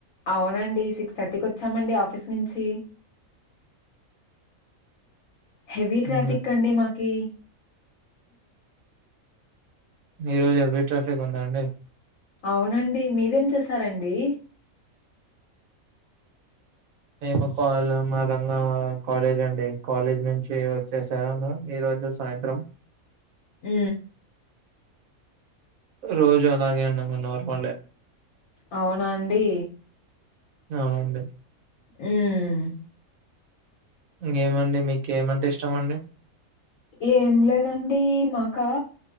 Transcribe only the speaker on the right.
ఉమ్.
ఈరోజు హెవీ ట్రాఫిక్ ఉందా అండి
మేము కాల్ మా దంగా కాలేజ అండి కాలేజ్ నుంచి హే వచ్చేసాను ఈ రోజు సాయంత్రం
రోజు అలాగే అన్నా నార్మల్
అవునండి
ఇంకేమండి మీకు ఏమంటే ఇష్టం అండి